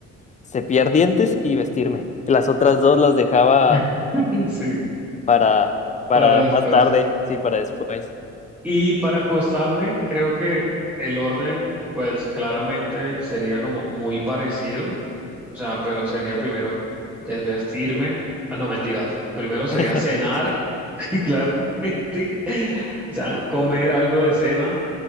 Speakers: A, on the left (about 25°); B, in the centre.
A: cepillar dientes y vestirme. Las otras dos las dejaba
B: <laughs> Sí,
A: para, para
B: para después.
A: más tarde, sí, para después.
B: Y para acostarme, creo que el orden, pues claramente sería como muy parecido. O sea, pero sería primero desvestirme. Ah, no, mentiras. Primero sería
A: <laughs>
B: cenar, <laughs> claramente. O sea, comer algo de cena.